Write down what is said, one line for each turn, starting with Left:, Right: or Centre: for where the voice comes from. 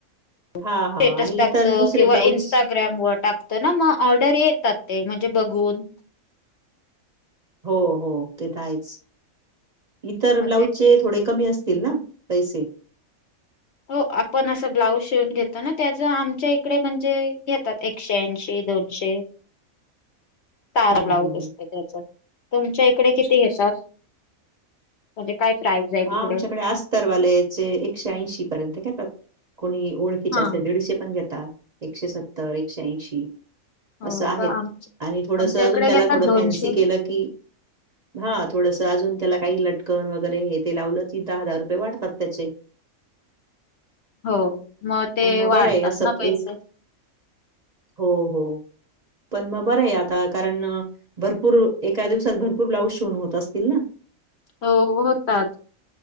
Left: स्टेटस
Right: हां, हां. आणि
Left: टाकतो
Right: इतर दुसरे
Left: किंवा
Right: ब्लाउज
Left: इन्स्टा ग्रॅम वर टाकतो ना मग ऑर्डर येतात ते म्हणजे बघून.
Right: हो हो ते तर आहेच इतर
Left: मग
Right: ब्लाऊजचे
Left: ते
Right: थोडे कमी असतील ना? पैसे?
Left: हो आपण असं ब्लाऊज शिवून घेतो ना त्याच आमच्या इकडे म्हणजे घेतात एक एकशे ऐंशी, दोनशे. ताड
Right: हं,
Left: ब्लाऊज
Right: हं, हं.
Left: असते त्याच. तुमच्या इकडे किती घेतात? म्हणजे काय प्राईज आहे?
Right: हा
Left: तिकडे?
Right: आमच्याकडे अस्तरवाल्याचे एकशे ऐंशी पर्यंत घेतात कोणी ओळ खीचे
Left: हा
Right: असते दीडशे पण घेता एकशे सत्तर एकशे ऐंशी.
Left: हो
Right: असं आहेत.
Left: का आम
Right: आणि थोडस
Left: आमच्या
Right: अजून
Left: इकडे
Right: त्याला
Left: घेतात
Right: थोडं
Left: दोनशे.
Right: फॅन्सी केलं की हा थोडसं अजून त्याला काही लटकन वगैरे हेत ते लावलं की दहा दहा रुपये वाटतात त्याचे.
Left: हो मग ते
Right: पण बरं
Left: वाढतात
Right: आहे असं
Left: ना पैसे.
Right: एक हो हो पण मग बरं आहे आता कारण भरपूर एका दिवसात भरपूर ब्लाऊज शिऊन होत असतील ना?
Left: हो होतात